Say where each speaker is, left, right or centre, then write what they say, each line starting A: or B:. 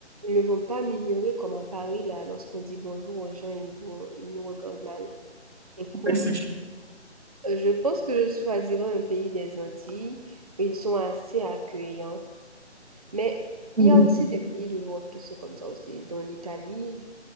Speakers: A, on the right; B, on the right.
A: Ils ne vont pas m'ignorer comme à Paris, là, lorsqu'on dit bonjour aux gens, ils vont, ils nous regardent mal et courent.
B: Ouais, c'est-
A: Euh, Je pense que je choisirais un pays des Antilles où ils sont assez accueillants. Mais
B: Mhm.
A: il y a aussi des pays de l'Europe qui sont comme ça aussi, dont l'Italie.